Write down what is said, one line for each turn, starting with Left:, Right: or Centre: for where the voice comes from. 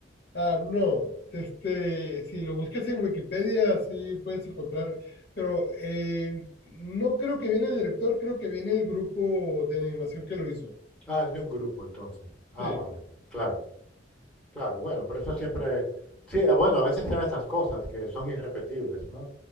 Left: Ah, no. Este, si lo buscas en Wikipedia, sí puedes encontrar. Pero eh, no creo que viene el director, creo que viene el grupo de animación que lo hizo.
Centre: Ah, es de un grupo, entonces. Ah,
Left: Sí,
Centre: vale, claro, claro. Bueno, pero eso siempre... Sí, ah, bueno, a veces son esas cosas que son irrepetibles, ¿no?